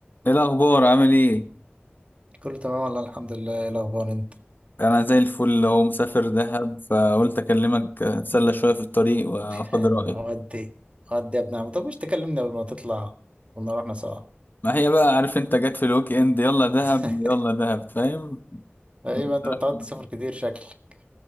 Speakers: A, on the left (about 50°); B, on the right (about 30°).
A: ايه الاخبار عامل ايه
B: كله تمام والله الحمد لله ايه الاخبار انت
A: انا زي الفل اهو مسافر دهب فقلت اكلمك اتسلى شويه في الطريق واخد
B: <laughs>
A: رايك
B: ودي ودي يا ابن عم طب مش تكلمني قبل ما تطلع كنا رحنا سوا
A: ما هي بقى عارف انت جت في الويك اند يلا دهب
B: <laughs>
A: يلا دهب فاهم
B: ايه
A: بصراحة-
B: بقى انت متعود تسافر كتير شكلك